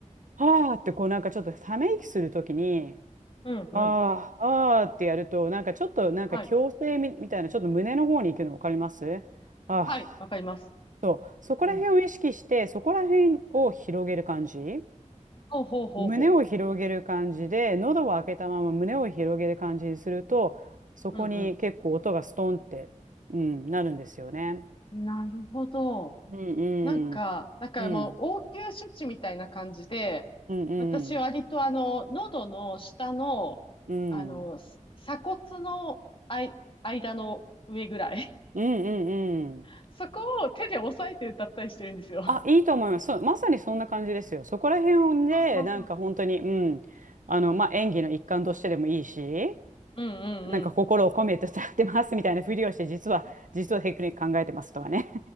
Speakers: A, on the right (about 80°); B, on the left (about 40°).
A: はーって、こう、なんかちょっとため息するときに、
B: うん、うん。
A: ああ、ああってやると、なんかちょっと、なんか矯正み、
B: はい。
A: みたいな、ちょっと胸の方に行くの分かりますああ、
B: はい。わかります。
A: そう。そこら辺を意識して、
B: うん。
A: そこら辺を広げる感じ。
B: ほうほうほうほ
A: 胸を広げる感じで、喉を開けたまま胸を広げる感じにすると、そこに結構音がストンって、
B: う。うん、
A: うん、なるんですよね。
B: うん。なるほど。
A: うんうん。
B: なんか、だからもう応急処置みたいな感じで、
A: うん。うんうん。
B: 私割とあの、喉の下の、
A: うん。
B: あの、す鎖骨のあい、間の上ぐらい。
A: うんうん
B: <laughs>
A: うん。
B: そこを手で押さえて歌ったりしてるんですよ。は
A: あ、いいと思います。そう、まさにそんな感じですよ。そこら辺で、
B: はは。
A: なんか本当に、うん、あの、まあ、演技の一環としてでもいいし、
B: うんうんうん。
A: なんか心を込めて歌ってますみたいなふりをして、実は、実はテクニック考えてますとかね。